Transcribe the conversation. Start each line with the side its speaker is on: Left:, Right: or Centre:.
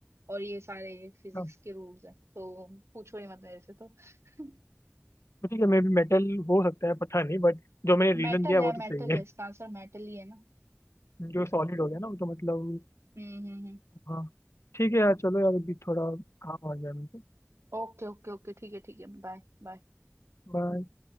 Right: और ये सारे फिजिक्स
Left: हाँ,
Right: के रूल्स हैं तो पूछो ही मत मेरे से तो <laughs>
Left: तो ठीक है मे भी मेटल हो सकता है पता नहीं बट जो मैंने रीजन
Right: मेटल
Left: दिया
Right: है
Left: वो तो
Right: मेटल
Left: सही है
Right: है इसका आंसर मेटल ही है ना
Left: जो सॉलिड हो गया ना वो तो मतलब
Right: हम्म हम्म हम्म
Left: हाँ ठीक है यार चलो यार अभी थोड़ा काम आ गया मेरे को
Right: ओके ओके ओके ठीक है ठीक है बाय बाय
Left: कर दो